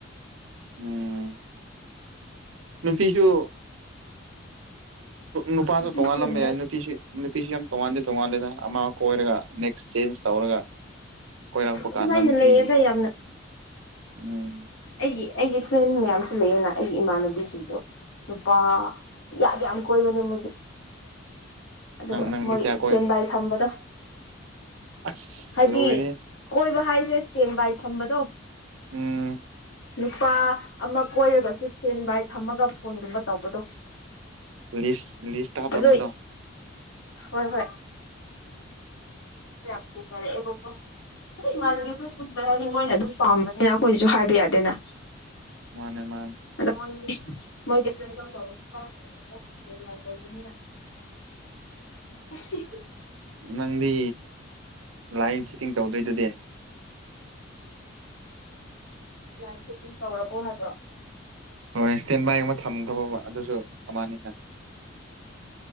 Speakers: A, on the right; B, on the left.
A: ꯎꯝ ꯅꯨꯄꯤꯁꯨ ꯅꯨꯄꯥꯁꯨ
B: ꯅꯨꯄꯤꯁꯨ
A: ꯇꯣꯡꯉꯥꯜꯂꯝꯕ
B: ꯂꯩꯌꯦ
A: ꯌꯥꯏ ꯅꯨꯄꯤꯁꯤ ꯅꯨꯄꯤꯁꯨ ꯌꯥꯝ ꯇꯣꯉꯥꯟꯗꯦ ꯇꯣꯉꯥꯟꯜꯂꯦꯗ ꯑꯃ ꯀꯣꯏꯔꯒ ꯅꯦꯛꯁ ꯆꯦꯟꯁꯇꯧꯔꯒ ꯀꯣꯏꯔꯛꯄ
B: ꯑꯗꯨꯃꯥꯏꯅ
A: ꯀꯥꯟꯗ ꯅꯨꯄꯤꯒꯤ
B: ꯂꯩꯌꯦꯗ ꯌꯥꯝꯅ
A: ꯎꯝ
B: ꯑꯩꯒꯤ ꯑꯩꯒꯤ ꯐ꯭ꯔꯦꯟ ꯃꯌꯥꯝꯁꯨ ꯂꯩꯌꯦꯅ ꯑꯩꯒꯤ ꯏꯃꯥꯟꯅꯕꯤꯁꯤꯡꯁꯨ ꯅꯨꯄꯥ ꯌꯥꯝ ꯌꯥꯝ ꯀꯣꯏꯕꯅꯦ ꯃꯣꯏꯗꯤ ꯑꯗꯨꯒ
A: ꯅꯪ ꯅꯪꯗꯤ
B: ꯃꯣꯏ
A: ꯀꯌꯥ
B: ꯏꯁꯇꯦꯟ ꯕꯥꯏ ꯊꯝꯕꯗꯣ
A: ꯑꯁ‌
B: ꯍꯥꯏꯗꯤ
A: ꯂꯣꯏꯔꯦꯍꯦ
B: ꯀꯣꯏꯕ ꯍꯥꯏꯁꯦ ꯏꯁꯇꯦꯟ ꯕꯥꯏ ꯊꯝꯕꯗꯣ
A: ꯎꯝ
B: ꯅꯨꯄꯥ ꯑꯃ ꯀꯣꯏꯔꯒꯁꯨ ꯁꯇꯦꯟ ꯕꯥꯏ ꯊꯝꯃꯒ ꯐꯣꯟꯒꯨꯝꯕ ꯇꯧꯕꯗꯣ
A: ꯂꯤꯁ ꯂꯤꯁꯇ ꯍꯥꯞꯂꯝꯕꯗꯣ
B: ꯑꯗꯨ ꯍꯣꯏ ꯍꯣꯏ ꯌꯥꯝ ꯊꯦꯡꯅꯔꯛꯑꯦꯕꯀꯣ ꯑꯇꯩ ꯏꯃꯥꯟꯅꯕꯤ ꯈꯣꯏꯁꯨ
A: ꯎꯝ
B: ꯃꯣꯏꯅ ꯑꯗꯨꯝ ꯄꯥꯝꯕꯅꯤꯅ ꯑꯩꯈꯣꯏꯅꯁꯨ ꯍꯥꯏꯕ ꯌꯥꯗꯦꯅ
A: ꯃꯥꯅꯦ ꯃꯥꯅꯦ
B: ꯑꯗꯨ ꯃꯣꯏꯗꯤ ꯃꯣꯏꯒꯤ ꯄ꯭ꯔꯥꯇꯤꯀꯦꯜ ꯇꯧꯕꯅꯤꯅ <unintelligible> ꯏꯁꯇꯦꯟꯕꯥꯏ ꯂꯩꯕꯅꯤꯅ <unintelligible>
A: ꯅꯪꯗꯤ ꯂꯥꯏꯑꯤꯡ ꯆꯤꯇꯤꯡ ꯇꯧꯗꯣꯏꯗꯨꯗꯤ
B: ꯅꯪꯗꯤ ꯂꯥꯏꯐꯆꯤꯇꯤꯡ ꯇꯧꯔꯕꯣ ꯍꯥꯏꯕ꯭ꯔꯣ
A: ꯍꯣꯏ ꯏꯁ꯭ꯇꯦꯟ ꯕꯥꯏꯒꯨꯝꯕ ꯊꯝꯈ꯭ꯔꯕ ꯑꯗꯨꯁꯨ ꯅꯕꯅꯤꯇ